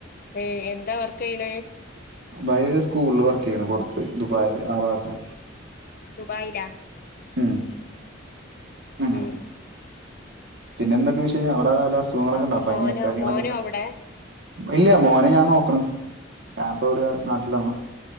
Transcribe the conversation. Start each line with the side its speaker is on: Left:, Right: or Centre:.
Left: ഏഹ് എന്താ വർക്ക് ചെയ്യണെ?
Right: ഭാര്യ ഒരു സ്കൂളില് വർക്കെയ്യാണ് പൊർത്ത് ദുബായിൽ ആ ഭാഗത്ത്
Left: ദുബായില
Right: ഉം അങ്ങനെ.
Left: ഉം
Right: പിന്നെ എന്തൊക്കെ വിശേഷം അവടെ വല്ല അസുഖങ്ങളൊക്കെ
Left: അപ്പൊ
Right: ഉണ്ട പന്യൊ
Left: മോനോ
Right: കാര്യങ്ങളൊക്കെ
Left: മോനും
Right: ഉണ്ടാ
Left: അവിടെ
Right: ഇല്ല്യ മോനെ ഞാൻ നോക്ക്ണ് ഞാൻപ്പ ഇവടെ നാട്ടിലാണ്.